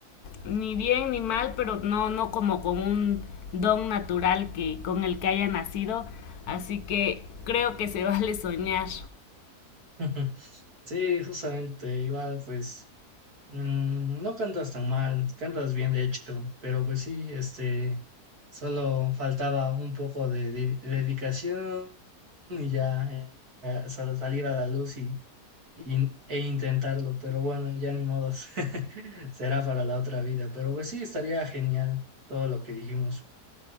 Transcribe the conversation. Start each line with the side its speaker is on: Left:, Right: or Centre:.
Left: ni bien ni mal, pero no, no como con un don natural que, con el que haya nacido, así que creo que se <laughs> vale soñar.
Right: <laughs> Sí, justamente, igual pues Mm, no cantas tan mal, cantas bien de hecho, pero pues sí, este, solo faltaba un poco de, de- dedicación y ya eh, a sal- salir a la luz y, y- e intentarlo, pero bueno, ya ni modos, <laughs> será para la otra vida, pero pues sí, estaría genial todo lo que dijimos.